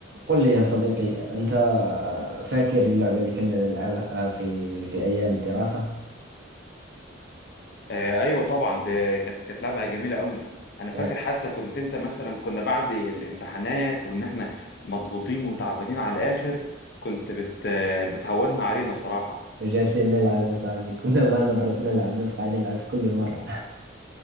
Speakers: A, on the right; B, on the left.
A: قل لي يا صديقي أنت فاكر اللعبة اللي كنا نلعبها في في أيام الدراسة؟
B: آه، ايوه طبعا ده كانت كانت لعبه جميله قوي انا فاكر
A: آه،
B: حتى كنت انت مثلا كنا بعد الامتحانات وان احنا مضغوطين وتعبانين على الاخر كنت بت آه، بتهونها علينا بصراحه
A: جالسين نلعب يا صاحبي كنا ما ندرس نلعب نبقى نلعب في كل مرة